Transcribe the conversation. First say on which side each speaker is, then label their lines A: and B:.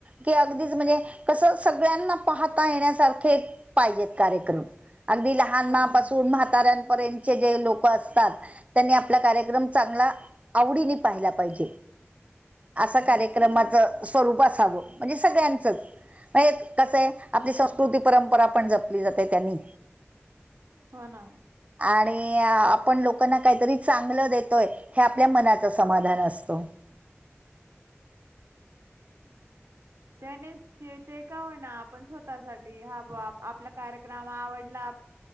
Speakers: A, on the right; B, on the right.
A: की अगदीच म्हणजे कसं सगळ्यांना पाहता येण्यासारखे पाहिजेत कार्यक्रम अगदी लहानपणापासून
B: हो ना हो ना.
A: म्हाता म्हाताऱ्यापर्यंतचे जे लोकं असतात, त्यांनी आपला कार्यक्रम चांगला, आवडीने पाहिला पाहिजे. असं कार्यक्रमाचं स्वरूप असावं, म्हणजे सगळ्यांचच. नाही एक कसं आहे आपली संस्कृती परंपरा पण जपली जाते त्यांनी.
B: हो ना.
A: आणि आपण लोकांना काहीतरी चांगलं देतोय हे आपल्या मनात असतं. समाधान असतं.
B: त्याने ते ते का होईना आपण स्वतःसाठी हा बुआ आपला कार्य रम आवडला